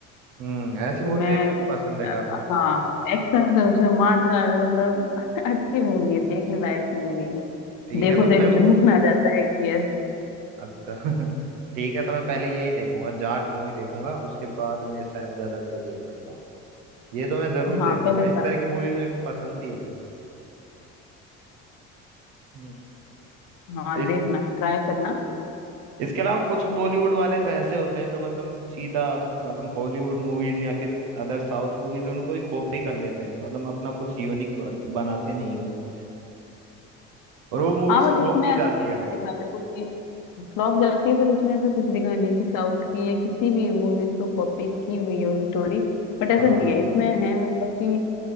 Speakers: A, on the right; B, on the left.
A: हम्म ऐसी
B: तो
A: मूवी
B: मैं
A: मेरे को भी पसंद है
B: अ,
A: काफी
B: हाँ एक्शन है उसमें मार धाड़ मतलब <laughs> अच्छी मूवी है देखने लायक मूवी है
A: ठीक
B: देखो
A: है तो
B: तो एक
A: मैं
B: जुनून आ जाता है कि यस
A: अच्छा <laughs> ठीक है तो मैं पहले यही देखूंगा जाट मूवी देखूंगा उसके बाद मैं शायद गदर टू देख सकता हूँ ये तो मैं जरूर
B: हाँ
A: देखूंगा
B: पहले
A: इस
B: जा
A: तरह की मूवीज मेरे को पसंद भी है हम्म।
B: हाँ
A: इस
B: देखना ट्राई करना
A: इसके अलावा कुछ बॉलीवुड वाले तो ऐसे होते हैं जो मतलब सीधा मतलब हॉलीवुड मूवीज या फिर अदर साउथ मूवीज उनको ही कॉपी कर लेते हैं मतलब अपना कुछ यूनिक बनाते नहीं है मूवी में और वो मूवीज
B: हाँ बट
A: फ्लॉप
B: इसमें
A: भी
B: ऐसा
A: जाती
B: नहीं
A: है फिर
B: दिखा मेरे को कि फ्लॉप जाती है पर इसमें ऐसा कुछ दिखा नहीं है कि साउथ की या किसी भी मूवीज को कॉपी की हुई है स्टोरी बट ऐसा
A: हाँ
B: नहीं है इसमें है मतलब कि